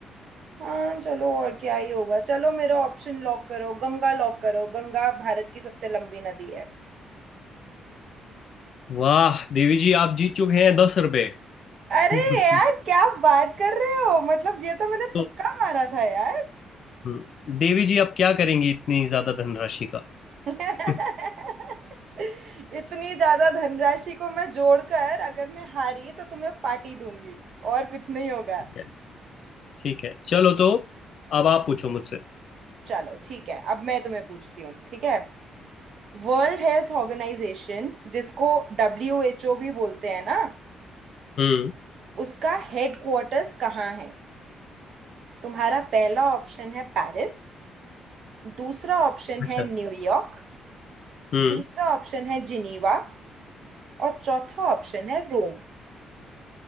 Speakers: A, on the right (about 60°); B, on the left (about 60°).
A: हाँ चलो और क्या ही होगा चलो मेरा ऑप्शन लॉक करो गंगा लॉक करो गंगा भारत की सबसे लंबी नदी है
B: वाह देवी जी आप जीत चुके हैं दस रुपये
A: अरे
B: <laughs>
A: यार क्या बात कर रहे हो मतलब ये तो मैंने
B: तो
A: तुक्का मारा था यार
B: हम्म, देवी जी आप क्या करेंगी इतनी ज्यादा धनराशि का
A: <laughs>
B: <laughs> ठीक
A: इतनी ज्यादा धनराशि को मैं जोड़कर अगर मैं हारी तो तुम्हें पार्टी दूंगी और कुछ नहीं होगा
B: है ठीक है। चलो तो अब आप पूछो मुझसे
A: चलो ठीक है अब मैं तुम्हें पूछती हूँ ठीक है वर्ल्ड हेल्थ ऑर्गेनाइजेशन जिसको डब्ल्यू एच ओ भी बोलते हैं ना
B: हम्म
A: उसका हेडक्वार्टर्स कहाँ है तुम्हारा पहला ऑप्शन है पेरिस दूसरा ऑप्शन
B: अच्छा
A: है न्यूयॉर्क
B: हम्म
A: तीसरा ऑप्शन है जिनीवा और चौथा ऑप्शन है रोम